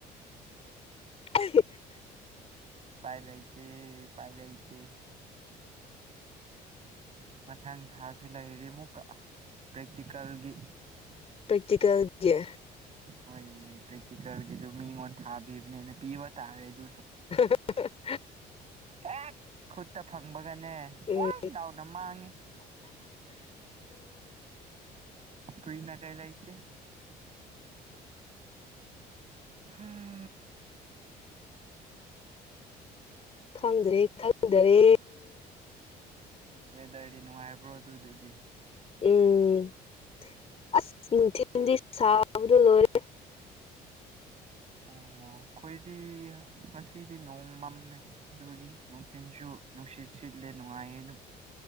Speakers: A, on the left (about 35°); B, on the right (about 40°).
A: <unintelligible>
B: ꯄꯥꯏꯂꯩꯇꯦ ꯎꯄꯥꯏꯂꯩꯇꯦ ꯃꯊꯪ ꯊꯥꯁꯨ ꯂꯩꯔꯤ ꯃꯨꯛꯀ ꯄ꯭ꯔꯦꯛꯇꯤꯀꯥꯜꯒꯤ
A: ꯄ꯭ꯔꯦꯛꯇꯤꯀꯦꯜꯒꯤ?
B: ꯍꯣꯏ ꯌꯦ ꯄ꯭ꯔꯦꯛꯇꯤꯀꯜꯒꯤꯁꯨ ꯃꯤꯉꯣꯟ ꯊꯥꯕꯤꯕꯅꯦꯅ ꯄꯤꯕ ꯇꯥꯔꯦ ꯗꯨꯁꯨ
A: <unintelligible>
B: ꯍꯦꯛ ꯈꯨꯠꯇ ꯐꯪꯕꯒꯅꯦ ꯁ꯭ꯋꯥꯏ
A: ꯎꯝ
B: ꯂꯥꯎꯅ ꯃꯥꯡꯉꯦ ꯀꯨꯏꯅꯥ ꯀꯩ ꯂꯩꯇꯦ ꯍꯥ
A: ꯈꯪꯗ꯭ꯔꯦ ꯈꯪꯗꯥꯔꯦ
B: ꯋꯦꯗꯔꯗꯤ ꯅꯨꯉꯥꯏꯕ꯭ꯔꯣ ꯗꯨꯗꯥꯗꯤ?
A: <unintelligible> ꯑꯁ ꯅꯨꯡꯊꯤꯟꯗꯤ ꯁꯥꯕꯗꯣ ꯂꯣꯏꯔꯦ
B: ꯑꯣ ꯈꯣꯏꯗꯤꯌꯥ ꯉꯁꯤꯗꯤ ꯅꯣꯡꯃꯝꯃꯦ ꯑꯗꯨꯒꯤ ꯅꯨꯡꯊꯤꯟꯁꯨ ꯅꯨꯡꯁꯤꯠ ꯁꯤꯠꯂꯦ ꯅꯨꯉꯥꯏꯌꯦ ꯗꯨꯝ